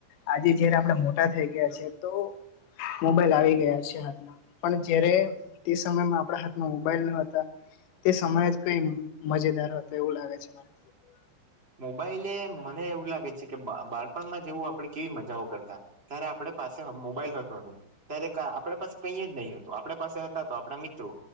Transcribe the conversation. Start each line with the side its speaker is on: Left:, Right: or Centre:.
Left: આજે જયારે આપણે મો ટા ગયા છે. તો મોબાઈલ આવી ગયા છે હાથમાં, પણ જ્યારે તે સમયમાં આપણા હાથમાં મોબાઈલ ન હતા તે સમયે જ કંઈ મજેદાર હતો એવું લાગે છે મને.
Right: મોબાઈલે મને એવું લાગે છે કે બા બાળપણમાં જેવું આપડે કેવી મજાઓ કરતા ત્યારે આપડે પાસે મોબાઈલ હત તો નહીં. ત્યારે કા આપણે પાસે કઈ જ નહી હતું. આપણે પાસે હતા તો આપણા મિત્રો.